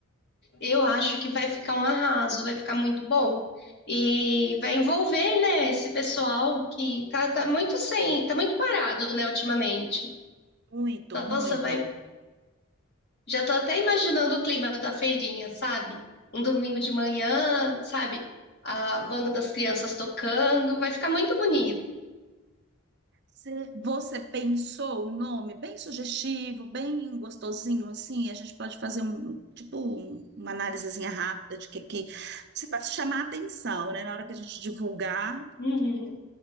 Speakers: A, on the left (about 50°); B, on the right (about 50°).
A: Eu acho que vai ficar um arraso, vai ficar muito bom. E vai envolver, né, esse pessoal que tá, tá muito sem, tá muito parado, né, ultimamente.
B: Muito,
A: Nossa,
B: muito.
A: vai, já tô até imaginando o clima da feirinha, sabe? Um domingo de manhã, sabe? A banda das crianças tocando, vai ficar muito bonito.
B: Você você pensou um nome bem sugestivo, bem gostosinho, assim, a gente pode fazer um, tipo, um- uma análisezinha rápida de que, que você para chamar a atenção, né? Na hora que a gente divulgar,
A: Uhum.